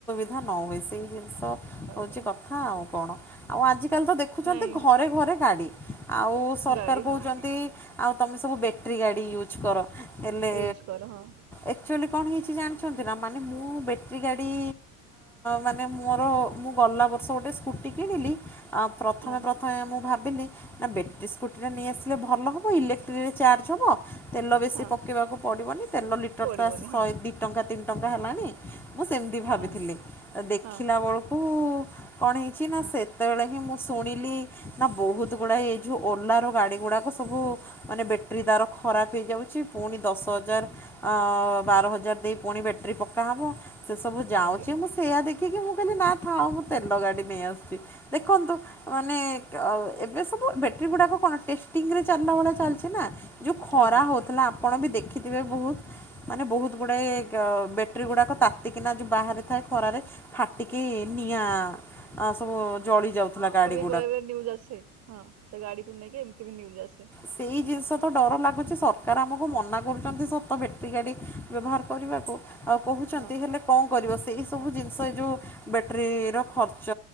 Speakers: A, in the centre; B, on the right.
A: କ ନହୁଏ ସେଇ ଜିନିଷ ହଉଛି
B: ହଉ
A: କଥା, ଆଉ କଣ? ଆଉ ଆଜିକାଲି ତ ଦେଖୁଛନ୍ତି
B: ନାଇଁ
A: ଘରେ ଘରେ ଗାଡି, ଆଉ ସରକାର
B: ଗାଡି
A: କହୁଛନ୍ତି
B: ହଁ
A: ଆଉ ତମେ ସବୁ ବେଟ୍ରି ଗାଡି ୟୁଜ୍ କର, ହେଲେ
B: ୟୁଜ କର ହଁ
A: ଏକ୍ଚୁଆଲି କଣ ହେଇଛି ଜାଣିଛନ୍ତିନା? ମାନେ ମୁଁ ବେଟ୍ରୀ ଗାଡ଼ି ମାନେ ମୋର ମୁଁ ଗଲା ବର୍ଷ ଗୋଟେ ସ୍କୁଟି କିଣିଲି, ଆ ପ୍ରଥମେ
B: ହଁ
A: ପ୍ରଥମେ ମୁଁ ଭାବିଲି ନା ବ୍ୟାଟେରୀ ସ୍କୁଟି ଟା ନେଇଆସିଲେ ଭଲ ହେବ, ଇଲେକ୍ଟ୍ରିକରେ ଚାର୍ଜ ହେବ, ତେଲ ବେଶୀ
B: ହଁ
A: ପ କୁ ପଡିବନି, ତେଲ ଲିଟର
B: ପଡିବନି
A: ତ ଆସି ଶହେ
B: ହଁ
A: ଦ ଟଙ୍କା ତିନି ଟଙ୍କା ହେଲାଣି, ମୁଁ ସେମିତି ଭାବିଥିଲି।
B: ହଁ
A: ଦେଖିଲା
B: ହଁ
A: ବେଳ ହୁ, କଣ ହେଇଛି ନା ସେତେବେଳେ ହିଁ ମୁଁ ଶୁଣିଲି ନା ବହୁତ ଗୁଡାଏ ହେଇଯିବ, ଓଲାର ଗାଡି ଗୁଡାକ ସବୁ ମାନେ ବେ ରି ଦାର ଖରାପ ହେଇଯାଉଛି। ପୁଣି ଦଶ ହଜାର ବାର ହଜାର ଦେଇ ପୁଣି ବେଟ୍ରୀ ପକାହବ ସେ ସବୁ ଯାଉଛି
B: ଆଜ୍ଞା
A: ମୁଁ ସେଇଆା ଦେଖିକି, ମୁଁ କହିଲି ନା ଥାଉ ମୁଁ ତେଲ ଗାଡ଼ି ନେଇ ଆସୁଛି ଦେଖନ୍ତୁ ମାନେ, ଏବେ ସବୁ ବେଟ୍ରୀ ଗୁଡାକ କଣ ଟେଷ୍ଟିଂରେ ଚାଲିଲା ଭଳିଆ ଚାଲିଛି ନା ଯୋଉ ଖରା
B: ଆଜ୍ଞା
A: ହେଉଥିଲା, ଆପଣ ବି ଦେଖିଥିବେ ବହୁତ ମାନେ ବହୁତ ଗୁଡ଼ଏ ବେ ଟ୍ରୀ ଗୁଡାକ ତାତିକିନା ଯୋଉ ବାହାରେ ଥାଏ ଖରାରେ ଫାଟିକି ନିଆଁ ଆ ସବୁ ଜଳି ଯାଉଥିଲା ଗାଡିରେ।
B: ମୁଁ ଏବେ ନିଉଯ ଆସେ ହଁ, ସେ ଗାଡିକୁ ନେଇକି ଏମିତି ବି ନ୍ୟୁଜ ଆସେ
A: ସେଇ ଜିନିଷ ତ ଡର ଲାଗୁଛି। ସରକାର ଆମକୁ ମନା କହୁଛନ୍ତି ସତ ବଟେରୀ ଗାଡି ବ୍ୟବହାର କରିବାକୁ, ଆଉ କହୁଛନ୍ତି
B: ହଁ
A: ହେଲେ କଣ କରିବ, ସେଇ ସବୁ ଜିନିଷ ଏ ଯୋଉ ବେଟ୍ରୀର ଖର୍ଚ୍ଚ,